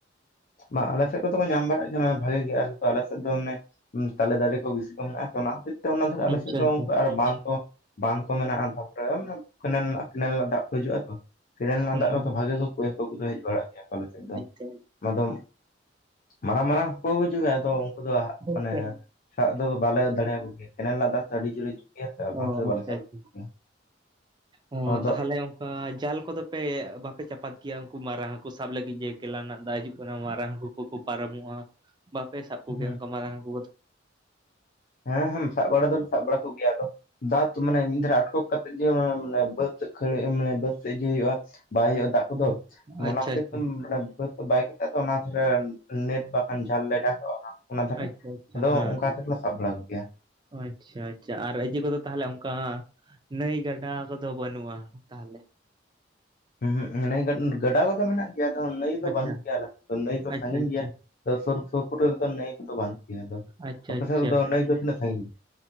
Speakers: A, on the left; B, on the right.
A: ᱵᱟᱝ ᱟᱞᱮ ᱥᱮᱫ ᱠᱚᱫᱚ ᱠᱚ ᱧᱟᱢ ᱵᱟᱲᱟᱜ ᱜᱮᱭᱟ ᱵᱷᱟᱜᱤ ᱜᱮᱭᱟ ᱟᱞᱮ ᱥᱮᱫ ᱫᱚ ᱢᱟᱱᱮ ᱛᱟᱞᱮ ᱫᱟᱨᱮ ᱠᱚ ᱵᱮᱥᱤ ᱠᱚ ᱢᱮᱱᱟᱜᱼᱟ ᱛᱚ ᱚᱱᱟ ᱠᱷᱚᱛᱤᱨ ᱛᱮ ᱚᱱᱟ ᱫᱟᱨᱮ ᱟᱞᱮ
B: ᱟᱪᱪᱷᱟ
A: ᱥᱮᱫ ᱫᱚ
B: ᱟᱪᱪᱷᱟ
A: ᱟᱨ ᱵᱟᱸᱫ ᱠᱚ ᱵᱟᱸᱫᱷ ᱠᱚ ᱢᱮᱱᱟᱜᱼᱟ, ᱛᱟᱨᱯᱚᱨᱮ ᱠᱮᱱᱮᱞ ᱠᱮᱱᱮᱞ ᱨᱮᱱᱟᱜ ᱫᱟᱜ ᱠᱚ ᱦᱤᱡᱩᱜᱼᱟ ᱛᱚ᱾ ᱠᱮᱱᱮᱞ ᱨᱮᱱᱟᱜ
B: ᱦᱮᱸ
A: ᱫᱟᱜ ᱨᱮᱫᱚ ᱵᱷᱟᱜᱤ ᱜᱮ ᱠᱳᱭ ᱦᱟᱹᱠᱩ ᱠᱚᱫᱚ ᱦᱮᱡ ᱵᱟᱲᱟᱜ ᱜᱮᱭᱟ ᱠᱚ ᱟᱞᱮ ᱥᱮᱫ ᱫᱚ᱾
B: ᱟᱪᱪᱷᱟ
A: ᱟᱫᱚᱢ, ᱢᱟᱨᱟᱝ ᱢᱟᱨᱟᱝ ᱠᱚ ᱦᱤᱡᱩᱜᱼᱟ ᱟᱫᱚ ᱩᱱᱠᱩ ᱫᱚ
B: ᱦᱳᱭᱥᱮ
A: ᱢᱟᱱᱮ
B: ᱦᱮᱸ
A: ᱥᱟᱵ ᱫᱚ ᱵᱟᱞᱮ ᱫᱟᱲᱮᱭᱟ ᱠᱚ ᱜᱮᱭᱟ᱾ ᱠᱮᱱᱮᱞ ᱨᱮᱱᱟᱜ ᱫᱟᱜᱽ ᱫᱚ ᱟᱹᱰᱤ ᱡᱳᱨᱮ ᱦᱤᱡᱩᱜ ᱜᱮᱭᱟ ᱚᱱᱟ ᱛᱚ ᱚᱱᱟ
B: ᱚ
A: ᱠᱷᱟᱹᱛᱤᱨ ᱛᱮ
B: ᱟᱪᱪᱷᱟ
A: ᱵᱟᱞᱮ ᱥᱟᱵ
B: ᱟᱪᱪᱷᱟ
A: <inaudible>
B: ᱚ
A: ᱟᱫᱚ
B: ᱛᱟᱦᱚᱞᱮ ᱚᱱᱠᱟ ᱡᱟᱞ ᱠᱚᱫᱚ ᱯᱮ ᱵᱟᱯᱮ ᱪᱟᱯᱟᱫ ᱜᱮᱭᱟ ᱩᱱᱠᱩ ᱢᱟᱨᱟᱝ ᱦᱟᱹᱠᱩ ᱥᱟᱵ ᱞᱟᱹᱜᱤᱫ ᱡᱮ ᱠᱮᱞᱟ ᱨᱮᱱᱟᱜ ᱫᱟᱜ ᱦᱤᱡᱩᱜ ᱚᱱᱟ ᱢᱟᱨᱟᱝ ᱦᱟᱹᱠᱩ ᱠᱚᱠᱚ ᱯᱟᱨᱚᱢᱚᱜᱼᱟ, ᱵᱟᱯᱮ ᱥᱟᱵ ᱠᱚᱜᱮᱭᱟ
A: ᱦᱩᱸ
B: ᱚᱱᱠᱟ ᱢᱟᱨᱟᱝ ᱦᱟᱹᱠᱩ ᱠᱚᱫᱚ?
A: ᱦᱮᱸ ᱦᱮᱸ, ᱥᱟᱵ ᱵᱟᱲᱟ ᱫᱚᱞᱮ ᱥᱟᱵ ᱵᱟᱲᱟ ᱠᱚᱜᱮᱭᱟ ᱟᱫᱚ ᱫᱟᱸᱛ ᱢᱟᱱᱮ ᱢᱤᱜ ᱫᱷᱟᱨᱮ ᱟᱴᱠᱚᱠ ᱠᱟᱛᱮᱜ ᱜᱮ ᱵᱟᱹᱫ ᱠᱷᱟᱹᱲ ᱢᱟᱱᱮ ᱵᱟᱹᱫᱽ ᱥᱮ ᱤᱫᱤᱭ ᱦᱩᱭᱩᱜᱼᱟ, ᱵᱟᱭ ᱦᱩᱭᱩᱜᱼᱟ ᱫᱟᱜ ᱠᱚᱫᱚ,
B: ᱦᱮᱸ ᱟᱪᱪᱷᱟ
A: ᱚᱱᱟ ᱠᱷᱟᱹᱛᱤᱨ
B: ᱟᱪᱪᱷᱟ
A: ᱛᱮ ᱢᱟᱱᱮ ᱵᱟᱹᱫ ᱠᱚ ᱵᱟᱹᱭ ᱠᱟᱛᱮᱜ ᱚᱱᱟ ᱫᱷᱟᱨᱮᱱ ᱱᱮᱴ ᱵᱟᱠᱷᱟᱱ ᱡᱦᱟᱞ ᱞᱮ ᱚᱰᱟᱜ ᱚᱱᱟ ᱫᱷᱟᱨᱮ
B: ᱟᱪᱪᱷᱟ ᱟᱪᱪᱷᱟ
A: ᱟᱫᱚ
B: ᱦᱮᱸ
A: ᱚᱱᱠᱟ ᱛᱮᱜᱞᱮ ᱥᱟᱵ ᱵᱟᱲᱟ ᱠᱚᱜᱮᱭᱟ᱾
B: ᱟᱪᱪᱷᱟ ᱟᱪᱪᱷᱟ, ᱟᱨ ᱮᱡᱮ ᱠᱚᱫᱚ ᱛᱟᱦᱚᱞᱮ ᱚᱱᱠᱟ ᱱᱟᱹᱭ ᱜᱟᱰᱟ ᱠᱚᱫᱚ ᱵᱟᱹᱱᱩᱜᱼᱟ ᱛᱟᱦᱚᱞᱮ?
A: ᱩᱸ ᱦᱩ ᱱᱟᱹᱭ ᱜᱟᱰᱟ ᱠᱚᱫᱚ ᱢᱮᱱᱟᱜ ᱜᱮᱭᱟ ᱫᱷᱚᱱ, ᱱᱟᱭ ᱫᱚ
B: ᱟᱪᱪᱷᱟ
A: ᱵᱟᱹᱱᱩᱜ ᱜᱮᱭᱟ ᱟᱞᱮ ᱥᱮᱡ ᱫᱚ ᱱᱟᱹᱭ ᱛᱚ
B: ᱟᱪᱪᱷᱟ
A: ᱥᱟᱺᱜᱤᱧ ᱜᱮᱭᱟ
B: ᱟᱪᱪᱷᱟ
A: ᱥᱚᱨ ᱥᱩᱯᱩᱨ ᱱᱟᱹᱭ ᱠᱚᱫᱚ ᱵᱟᱱᱩᱜ ᱜᱮᱭᱟ ᱟᱫᱚ᱾
B: ᱟᱪᱪᱷᱟ
A: ᱟᱯᱮ
B: ᱟᱪᱪᱷᱟ
A: ᱥᱮᱡ ᱫᱚ ᱱᱟᱹᱭ ᱫᱚ ᱛᱤᱱᱟᱜ ᱥᱟᱝᱜᱤᱧ?